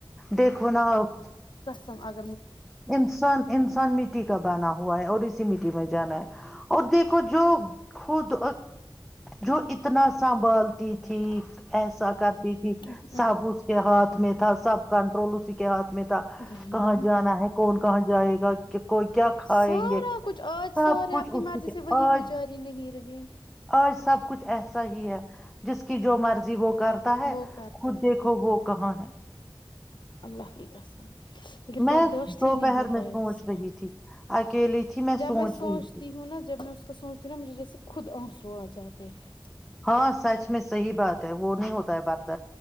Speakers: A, in the centre; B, on the left.
A: دیکھو ناپ
B: س <unintelligible>
A: انسان انسان مٹی کا بنا ہوا ہے اور اسی مٹی میں جانا ہے اور دیکھو جو خود جو اتنا سنبھالتی تھی ایسا کرتی تھی
B: ہے
A: سب اس کے ہاتھ میں تھا سب کنٹرول اس کیا میں تھا
B: وہی
A: کہاں
B: نا
A: جانا ہے کون کہاں جائے گا کوئی کیا کھائیں
B: سارا
A: گے
B: کچھ آج سارے
A: سب کچھ
B: اپنی
A: اٹھک
B: مرضی سے وہی
A: آج
B: بیچاری نہیں رہی
A: آج سب کچھ ایسا ہی ہے جس کی جو مرضی وہ کرتا ہے
B: وہ کرتا
A: خود دیکھو
B: ہے
A: وہ کہاں ہے
B: اللہ کی قسم لیکن
A: میں
B: بردوشت
A: دوپہر
B: اھی نہیں ہوتا
A: میں سوچ
B: ہے اس
A: رہی
B: کا
A: تھی اکیلی تھی
B: جب
A: سوچ
B: میں سوچتی
A: رہی تھی
B: ہوں نا جب میں اس کا سوچتی ہوں نا مجھے جیسے خود آنسو آ جاتے ہیں
A: پس سچ میں صحیح بات ہے وہ نہیں ہوتا ہے بارد